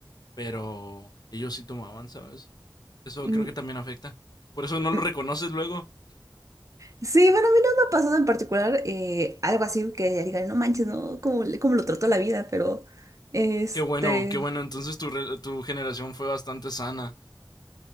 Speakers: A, on the left (about 60°); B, on the right (about 45°).
A: pero ellos sí tomaban, ¿sabes? Eso
B: Mm,
A: creo que también afecta. Por eso no lo
B: mm.
A: reconoces luego.
B: Sí, bueno, a mí no me ha pasado en particular eh, algo así que ya digan, no manches, ¿no? ¿Cómo, le- cómo lo trató la vida? Pero, este,
A: Qué bueno, qué bueno. Entonces tu, re- tu generación fue bastante sana.